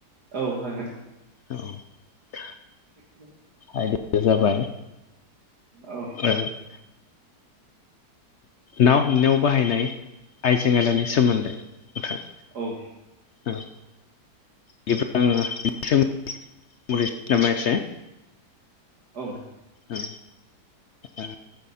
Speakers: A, on the right (about 70°); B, on the left (about 60°).
A: औ हागोन
B: औ
A: <unintelligible>
B: आयदाया जाबाय
A: औ
B: <unintelligible> ना हमनायाव बाहायनाय आइजें आयलानि सोमोन्दै नोंथां
A: औ
B: औ <unintelligible> नामा एसे
A: औ
B: औ ओ